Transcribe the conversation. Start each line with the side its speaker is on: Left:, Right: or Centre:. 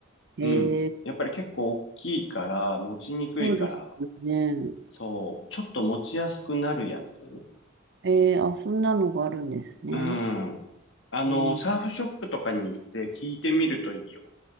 Right: えー、
Left: う。うん。やっぱり結構大きいから、持ちにくいから、
Right: そうですよね。
Left: そう、ちょっと持ちやすくなるやつ。
Right: えー、あ、そんなのがあるんですね。
Left: うん。あの、
Right: うん、
Left: サーフショップとかに行って聞いてみるといいよ。